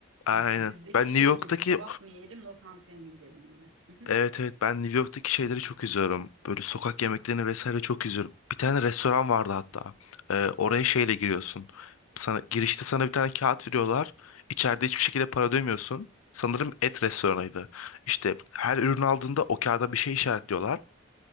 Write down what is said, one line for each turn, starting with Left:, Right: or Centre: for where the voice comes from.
Left: Aynen.
Right: Ya, Bizdeki
Left: Ben
Right: şey
Left: New York'taki
Right: gibi kebap mı yiyelim, lokantaya mı gidelim gibi. Hı hı.
Left: evet evet ben New York'taki şeyleri çok izliyorum. Böyle sokak yemeklerini vesaire çok izliyorum. Bir tane restoran vardı hatta. Ee, oraya şeyle giriyorsun. Sana girişte sana bir tane kağıt veriyorlar. İçeride hiçbir şekilde para ödemiyorsun. Sanırım et restoranıydı. İşte her ürün aldığında o kağıda bir şey işaretliyorlar.